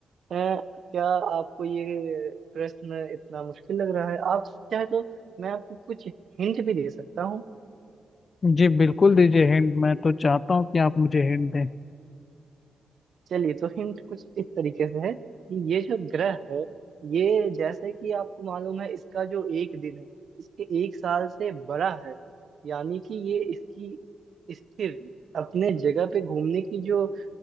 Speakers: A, on the right; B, on the left.
A: है क्या आपको ये प्रश्न इतना मुश्किल लग रहा है आप चाहे तो मैं आपको कुछ हिंट भी दे सकता हूँ
B: जी बिल्कुल दीजिए हिंट मैं तो चाहता हूँ कि आप मुझे हिंट दें
A: चलिए तो हिंट कुछ इस तरीके से है कि ये जो ग्रह है ये जैसे कि आपको मालूम है इसका जो एक दिन है इसके एक साल से बड़ा है यानी कि ये इसकी स्थिर अपने जगह पे घूमने की जो अ,